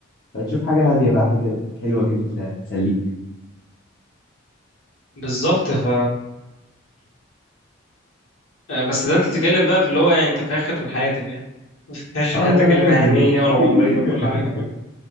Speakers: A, on the left; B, on the left.
A: فتشوف حاجه هاديه بقى حاجه حلوه كده تلا- تسليك
B: بالظبط ف آه، بس ده انت بتتكلم بقى في اللي هو يعني انت في اخر حياتك يعني <laughs> في اخر
A: اه
B: حياتك
A: لا لا
B: المهنيه
A: لا ده ده-
B: والعمريه
A: <laughs>
B: وكل حاجه